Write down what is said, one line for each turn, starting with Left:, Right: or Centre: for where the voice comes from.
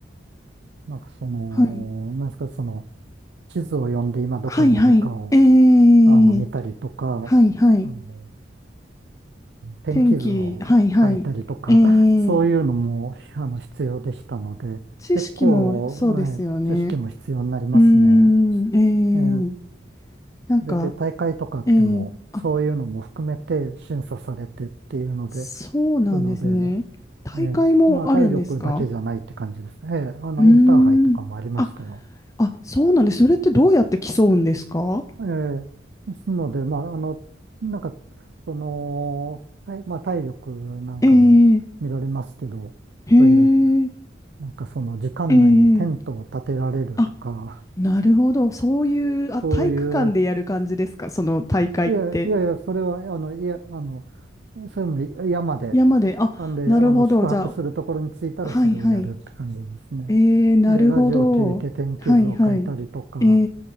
Right: なんかその、
Left: はい。
Right: なんですか、その、地図を読んで今どこにいるかを、
Left: はい、はい、ええ
Right: あの、見たりとか、
Left: はいはい。
Right: あの、天気図を書いたりとか、
Left: 天気、はいはい。えー、
Right: <laughs> そういうのも、あの、必要でしたので、
Left: 知識もそうですよね。
Right: 結構、ええ知識も必要になりますね。
Left: うーん、えー、
Right: ええ、
Left: なんか、
Right: それで大会とかあっても、
Left: えー、あ、
Right: そういうのも含めて審査されてっていうので、
Left: そうなんですね。
Right: そので、
Left: 大会もあるんですか
Right: ええ、まあ体力だけじゃないって感じですね。ええ、あの、
Left: うーん。
Right: インターハイとかもありましたよ。
Left: あ、あ、そうなんです。それってどうやって競うんですか
Right: ええ、ですので、まあ、あの、なんか、その、はいまあ体力なんかも見られますけど、
Left: えー、へー、
Right: そういう、なんかその時間内にテントを立てられるとか、
Left: えー、あ、なるほど。そういう、あ、
Right: そういう、
Left: 体育館でやる感じですかその大会って。
Right: いやいやいや、それは、あの、いや、あの、それも山で、
Left: 山で、あ、
Right: なんで、
Left: なるほど。
Right: あの、宿泊するところに着いたらそれをやるって感じですね。
Left: じゃあ、はいはい。ええなるほど。
Right: で、ラジオを聞いて天気図を書いたりとか、
Left: はいはい。え